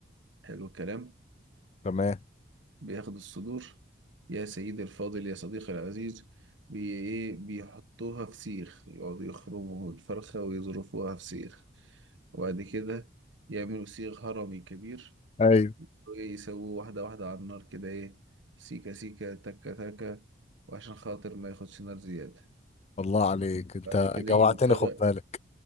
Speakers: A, on the right; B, on the left.
A: حلو الكلام
B: <laughs> تمام
A: بياخدوا الصدور يا سيدي الفاضل يا صديقي العزيز بي إيه بيحطوها في سيخ يقعدوا يخرموا الفرخة ويظرفوها في سيخ وبعد كده يعملوا سيخ هرمي كبير
B: ايوه
A: ويسووه واحدة واحدة على النار كده ايه سيكة سيكة تكة تكة وعشان خاطر ما ياخدش نار زيادة
B: الله عليك انت
A: بعد كده
B: جوعتني
A: يجيب الطبق
B: خد بالك